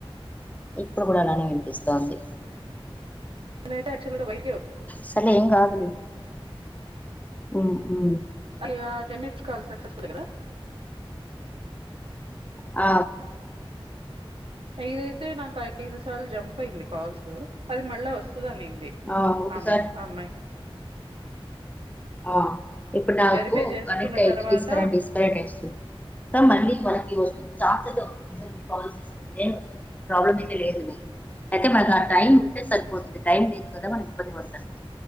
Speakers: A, on the left (about 15°); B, on the right (about 65°).
A: ఇప్పుడు కూడా అలానే వినిపిస్తోంది
B: నతే యాక్చవల్గా బై
A: సలే ఎంగ్ ఆదుదు ఉ ఉ
B: అది టెన్ మినిట్స్ క సక్సెస్ఫుల్దా
A: ఆ
B: ఇదైతే నాకు ఐదు సార్లు జంప్ అయింది కాల్స్ అది మళ్ళా వస్తుంది నినందిమె
A: ఆ ఒకసారి ఆ ఇప్పుడు నాకు
B: వెరిఫై చేసుకున్న
A: కనెక్ట్ అయితే
B: తర్వాత
A: డిస్కనెక్ట్ డిస్కనెక్ట్ అయిస్తుంది మళ్ళీ మనకి వస్తు కాల్ చే నే వంది ప్రాబ్లం అయితే లేదు అయితే మ నా
B: ఓకే
A: టైమ్ ఉంటే సరిపొతుంది టైమ్ ద కదా మరి ఇప్పందితా